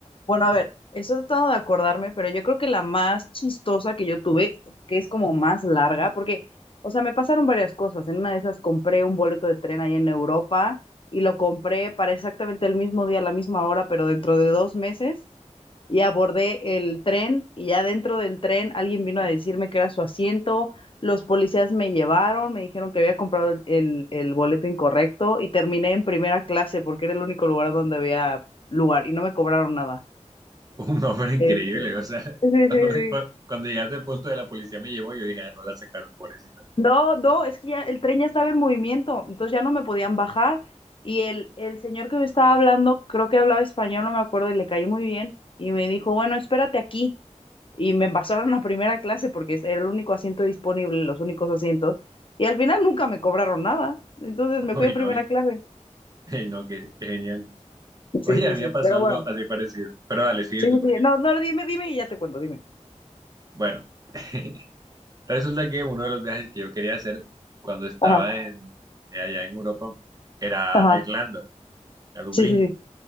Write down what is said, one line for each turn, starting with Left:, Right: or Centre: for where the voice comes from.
Left: Bueno, a ver, estoy tratando de acordarme, pero yo creo que la más chistosa que yo tuve, que es como más larga, porque, o sea, me pasaron varias cosas. En una de esas compré un boleto de tren ahí en Europa y lo compré para exactamente el mismo día, a la misma hora, pero dentro de dos meses. y abordé el tren y ya dentro del tren alguien vino a decirme que era su asiento, los policías me llevaron, me dijeron que había comprado el, el- el boleto incorrecto y terminé en primera clase porque era el único lugar donde había lugar y no me cobraron nada.
Right: <laughs> Un hombre increíble,
Left: Este,
Right: o sea,
Left: sí, sí,
Right: cuando,
Left: sí,
Right: cuando, cuando llegaste al punto de la policía me llevó, yo dije, ah, no la sacaron, pobrecita.
Left: No, no, es que ya el tren ya estaba en movimiento, entonces ya no me podían bajar. Y el, el señor que me estaba hablando, creo que hablaba español, no me acuerdo, y le caí muy bien. Y me dijo, bueno, espérate aquí. Y me pasaron a primera clase porque era el único asiento disponible, los únicos asientos. Y al final nunca me cobraron nada. Entonces
Right: <laughs>
Left: me
Right: Uy,
Left: fui en
Right: no,
Left: primera
Right: uy,
Left: clase.
Right: no, qué, qué genial.
Left: Sí,
Right: Oye,
Left: sí,
Right: a mí
Left: sí.
Right: me pasó
Left: Pero
Right: algo
Left: bueno,
Right: así parecido, pero dale, sigue
Left: sí,
Right: tú,
Left: sí,
Right: porque,
Left: sí. No, no, dime, dime y ya te cuento, dime.
Right: bueno, <laughs> resulta que uno de los viajes que yo quería hacer cuando estaba
Left: Ajá,
Right: en, allá en Europa era
Left: ajá.
Right: a Irlanda, a Dublín.
Left: Sí, sí, sí.